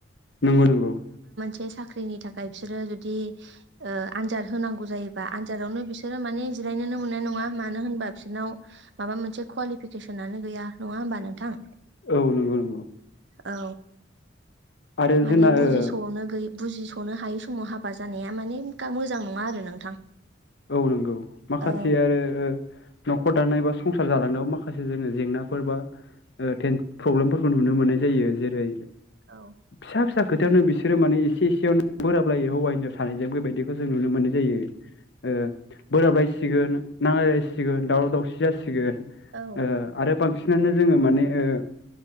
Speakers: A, on the left; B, on the right.
A: नंगौ नंगौ
B: बे साख्रिनि थाखाय बिसोरो जुदि ओ आनजाद होनांगौ जायोबा आनजादावनो बिसोरो माने जिरायनोनो मोननाय नङा नङा मानो होनबा बिसोरनाव माबा मोनसे कुवालिफिकेसनानो गैया नङा होमबा नोंथां
A: औ नंगौ नंगौ
B: औ
A: आरो
B: माने
A: जोंना
B: बुजिसनो
A: ओ
B: गैय बुजिस नो हायै समाव हाबा जानाया माने मोजां नङा आरो नोंथां
A: औ नंगौ माखासे
B: औ
A: आरो नखर दानाय बा संसार जालांनायाव माखासे जोङो जेंनाफोर बा प्रब्लेमफोरखौ नुनो मोननाय जायो जेरै
B: औ
A: फिसा फिसा खोथायावनो बिसोरो माने एसे एसेयावनो बोराबलायो हौवा हिनजाव सानैजों बेबायदि बेखौ जों नुनो मोननाय जायो ओ बोराबलायसिगोन नांलायलायसिगोन दावराव दावसि जासिगोन
B: औ
A: ओ आरो बांसिनानो जोङो माने ओ